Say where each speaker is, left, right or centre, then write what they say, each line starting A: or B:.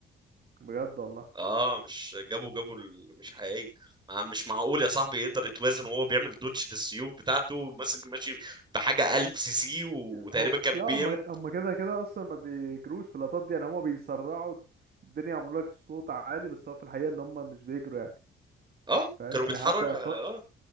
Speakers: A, on the right; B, on the right.
A: بجد والله
B: اه مش جابوا جابوا ال- مش حقيقي ما- مش معقول يا صاحبي يقدر يتوازن وهو بيعمل دوج للسيوف بتاعته ماسك ماشي بحاجة 1000 سي سي وتقريبا
A: هو
B: كان
A: لا
B: بي
A: هم
B: ام
A: هم كده كده اصلا ما بيجروش في اللقطات دي يعني هم بيسرعوا الدنيا يعملوا لك صوت عالي بس هو في الحقيقة ان هم مش بيجروا يعني
B: اه
A: فاهم
B: كانوا
A: يعني
B: بيتحرك
A: حتى
B: اه